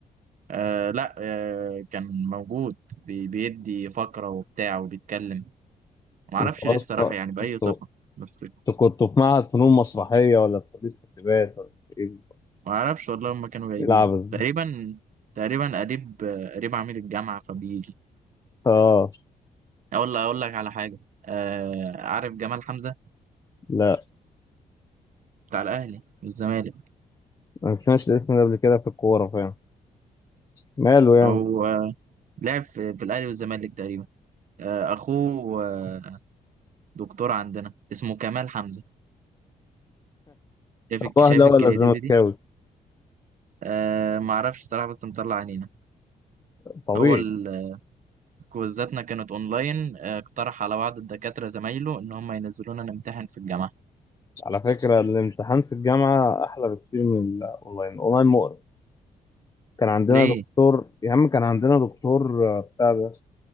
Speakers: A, on the right; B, on the left.
A: آه لا آه كان موجود بي- بيدي فقره وبتاع وبيتكلم ما اعرفش
B: أنت أصلا
A: ليه الصراحه يعني باي
B: أنتوا
A: صفه بس
B: أنتوا كنتوا في معهد فنون مسرحية ولا في كلية حسابات ولا في إيه؟
A: ما اعرفش والله هم كانوا جايبين
B: إيه العبث ده؟
A: تقريبا تقريبا قريب قريب عميد الجامعه فبيجي
B: آه
A: اقول اقول لك على حاجه آه عارف جمال حمزه
B: لا
A: بتاع الاهلي والزمالك
B: ما سمعتش الاسم ده قبل كده في الكورة فاهم ماله يعني
A: هو آه، لعب في, في الاهلي والزمالك تقريبا آه اخوه آه دكتور عندنا اسمه كمال حمزه شايف
B: اخوه
A: الك- شايف
B: اهلاوي
A: الكرياتيفيتي
B: ولا زملكاوي
A: آه ما اعرفش الصراحه بس مطلع عينينا
B: طبيعي
A: هو ال- كويزاتنا كانت اونلاين آه، اقترح على بعض الدكاتره زمايله ان هم ينزلونا نمتحن في الجامعه
B: على فكرة الامتحان في الجامعة احلى بكتير من الاونلاين الاونلاين مقرف كان عندنا
A: ليه
B: دكتور يا عم كان عندنا دكتور آه، بتاع ده